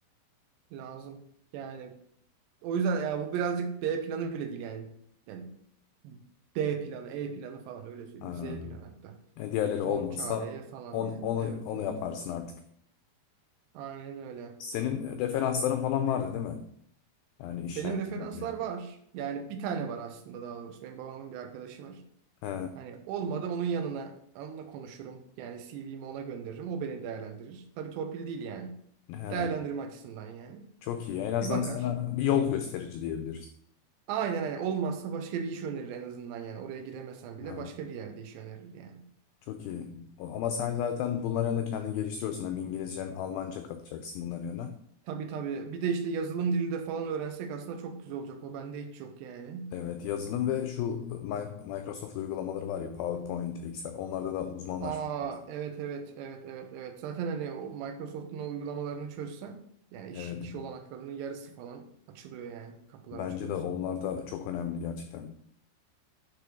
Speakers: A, on the right; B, on the left.
A: Lazım. Yani o yüzden ya bu birazcık B planı bile değil yani. Yani D planı, E planı falan öyle söyleyeyim.
B: Ha.
A: Z planı hatta.
B: E, diğerleri
A: Son
B: olmazsa
A: çare falan
B: on,
A: yani.
B: onu
A: Evet
B: onu
A: evet.
B: yaparsın artık.
A: Aynen öyle.
B: Senin referansların falan vardı değil mi? Yani iş
A: Benim
B: hayatında
A: referanslar
B: ilgili.
A: var. Yani bir tane var aslında daha doğrusu. Benim babamın bir arkadaşı var.
B: He,
A: Hani olmadı onun yanına onunla konuşurum. Yani CV'mi ona gönderirim. O beni değerlendirir. Tabii torpil değil yani.
B: he.
A: Değerlendirme açısından yani.
B: Çok iyi. En azından
A: Bir bakar.
B: sana bir yol gösterici diyebiliriz.
A: Aynen hani olmazsa başka bir iş önerir en azından yani. Oraya giremesen bile
B: He.
A: başka bir yerde iş önerir yani.
B: Çok iyi. O- Ama sen zaten bunların yanında kendini geliştiriyorsun. Hem İngilizce hem Almanca katacaksın bunların yanına.
A: Tabii tabii. Bir de işte yazılım dili de falan öğrensek aslında çok güzel olacak. O bende hiç yok yani.
B: Evet, yazılım ve şu Mi- Microsoft uygulamaları var ya PowerPoint, Excel. Onlarda da uzmanlaşmak
A: Aa
B: lazım.
A: evet evet evet evet evet. Zaten hani o Microsoft'un o uygulamalarını çözsen yani iş,
B: Evet.
A: iş olanaklarının yarısı falan açılıyor yani. Kapılar
B: Bence
A: açılıyor
B: de onlar
A: sana.
B: da çok önemli gerçekten.